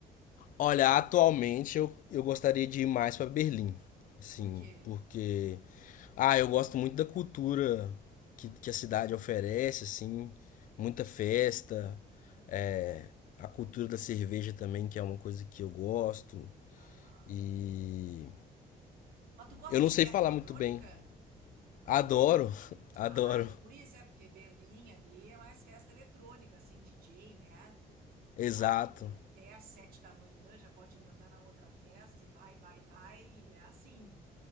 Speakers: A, on the left; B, on the right.
A: Olha, atualmente eu, eu gostaria de ir mais pra Berlim, assim,
B: Por quê?
A: porque ah, eu gosto muito da cultura que, que a cidade oferece, assim, muita festa, é, a cultura da cerveja também, que é uma coisa que eu gosto.
B: Aham.
A: E
B: Mas tu gosta
A: eu não
B: de
A: sei
B: festa
A: falar
B: eletrônica?
A: muito bem. Adoro, <laughs>
B: Ah,
A: adoro.
B: então é por isso, é porque Berlim ali é mais festa eletrônica, assim, DJ, né? Vai
A: Exato.
B: até às sete da manhã, já pode emendar na outra festa e vai, vai, vai, e é assim.